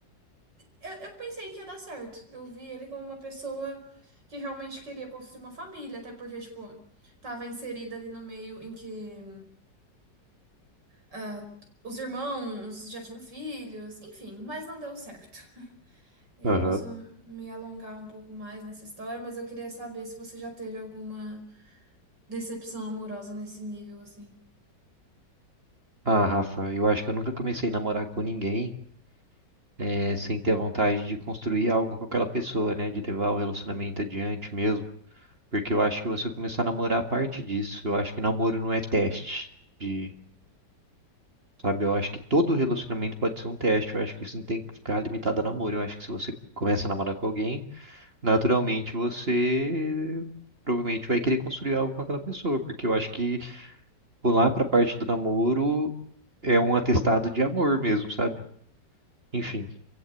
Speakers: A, on the right (about 75°); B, on the right (about 35°).
A: eu, eu pensei que ia dar certo. Eu vi ele como uma pessoa que realmente queria construir uma família, até porque, tipo, tava inserida ali no meio em que ah, os irmãos já tinham filhos, enfim, mas não deu certo. Eu
B: aham.
A: posso me alongar um pouco mais nessa história, mas eu queria saber se você já teve alguma decepção amorosa nesse nível, assim.
B: Ah, Rafa, eu acho que eu nunca comecei a namorar com ninguém eh, sem ter a vontade de construir algo com aquela pessoa, né? De levar o relacionamento adiante mesmo. Porque eu acho que você começar a namorar parte disso. Eu acho que namoro não é teste de, sabe? Eu acho que todo relacionamento pode ser um teste. Eu acho que isso não tem que ficar limitado a namoro. Eu acho que se você começa a namorar com alguém, naturalmente você provavelmente vai querer construir algo com aquela pessoa. Porque eu acho que pular pra parte do namoro é um atestado de amor mesmo, sabe? Enfim,